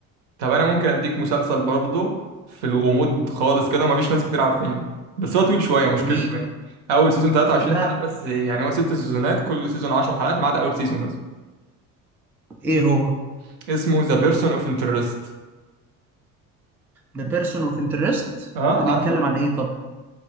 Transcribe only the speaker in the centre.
مين
ده
ايه
هو
ده بيرسون اوف انترست
ده بيتكلم
عن ايه طب